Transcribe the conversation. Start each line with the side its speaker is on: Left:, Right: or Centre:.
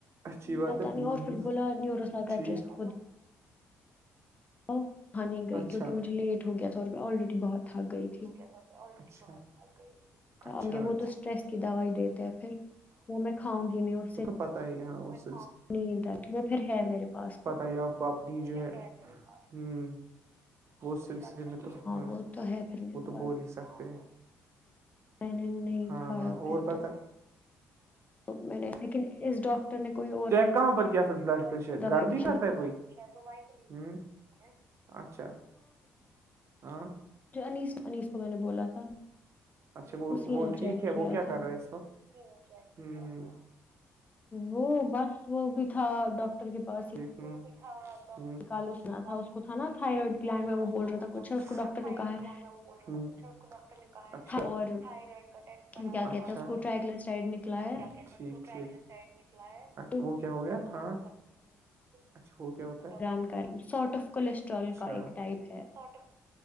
Right: اچچھی بات
Left: پتا
Right: ہے
Left: نہیں
Right: ہوں
Left: اور
Right: ہوں
Left: پھر بولا نیورو سائکٹرسٹ
Right: ٹھیک
Left: وہاں نہیں گئی
Right: اچھا
Left: کیونکہ مجھے لیٹ ہو گیا تھا اور میں آلریڈی بہت تھک گئی تھی
Right: <inaudible> اچھا
Left: آگے وہ تو اسٹریس کی دوائی دیتے ہیں پھر وہ میں کھاؤں گی نہیں اس سے
Right: پتہ ہی ہاں اس
Left: نیند اتی وہ پھر ہے میرے پاس تو
Right: آپ کو اپنی جو ہے ہمم وہ سلس میں تو ہاں
Left: وہ تو ہے پھر میرے
Right: وہ تو
Left: پاس
Right: بول ہی سکتے ہیں
Left: میں نے نہیں
Right: ہاں
Left: کھایا
Right: ہاں
Left: پھر
Right: اور پت
Left: تو میں نے لیکن اس ڈاکٹر نے کوئی اور
Right: کہاں پر کیا پھر بلڈ پرریشر اچ
Left: دوائی
Right: گر پ
Left: دی
Right: ہی کرتا ہے کوئی ہ اچھا ہاں
Left: جو انیس انیس کو میں نے بولا تھا
Right: اچھا وہ
Left: اسی
Right: وہ
Left: نے
Right: ٹھیک
Left: چیک
Right: ہے وہ کیا
Left: تھا
Right: کر رہے ہے اس وق ہ ہ
Left: وہ بس وہ بھی تھا ڈاکٹر کے پاس ہی
Right: پیٹھا ا
Left: کال اسنا تھا اس کو تھا
Right: ڈٹر
Left: نا تھائرائڈ گلینڈ میں وہ
Right: کےا
Left: بول رہا تھا کچھ اس کو ڈاکٹر نے
Right: جا
Left: کہا ہے
Right: تھا ڈر
Left: تھا، اور
Right: اچارڈ
Left: کیا کہتے ہیں اس کو
Right: کا
Left: ٹرائیکلسائڈ نکلا ہے
Right: اچا س نکلا
Left: تو
Right: وہ کیا ہو گیا ہاں اچھا وہ کیا ہوتا
Left: ران کر سارٹ آف کولیسٹرول کا
Right: سارٹ
Left: ایک ٹائپ ہے